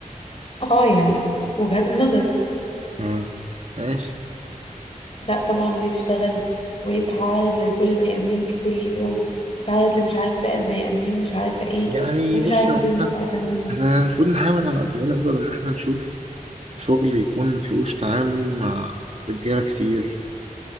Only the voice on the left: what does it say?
اه يعني وجهات النظر
لا طبعا وليه تشتغل وليه تتعرض لكل البني ادمين دي كل يوم تتعرض لمش عارفه فئه بني ادمين مش عارفه ايه
ومش
عارفه
دول
مش عارفه مين